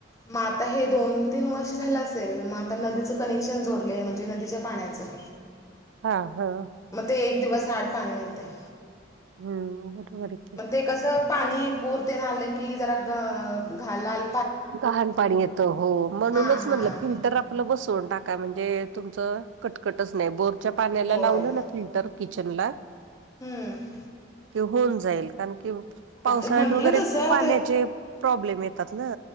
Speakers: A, on the left; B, on the right.
A: मग आता हे दोन तीन वर्ष झालं असेल मग आता नदीचं कनेक्शन जोडलेय म्हणजे नदीच्या पाण्याचं
B: हा हा
A: मग ते एक दिवस आड पाणी येते
B: हम्म बरोबर आहे की
A: मग ते कसं पाणी पुर तेन आले की जरा घालाल
B: घान पाणी येतं हो म्हणूनच
A: हां हां
B: म्हणलं फिल्टर आप आपलं बसवून टाका म्हणजे तुमचं कटकटच नाही बोरच्या पाण्याला
A: होय
B: लावलं ना फिल्टर किचन ला
A: हम
B: कि होऊन जाईल कारण की पावसाळ्यात
A: म्हंटलं
B: वगैरे
A: तसं
B: खूप पाण्याचे प्रॉब्लेम येतात ना